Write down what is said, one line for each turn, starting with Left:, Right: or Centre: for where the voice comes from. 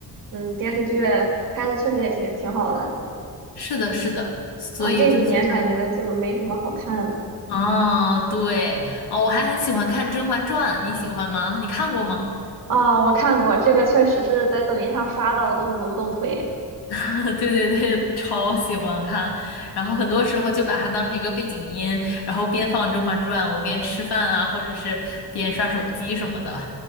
Right: 嗯，电视剧拍的确实也挺挺好的，
Left: 是的，是的，所以我就觉得，
Right: 然后这几年感觉就没什么好看的。
Left: 啊，对，哦，我还很喜欢看《甄嬛传》，你喜欢吗？你看过吗？
Right: 哦，我看过这个，确实是在抖音上刷到都挪不动腿。
Left: <laughs> 对对对，超喜欢看，然后很多时候就把它当成一个背景音，然后边放《甄嬛传》，我边吃饭啊，或者是边刷手机什么的。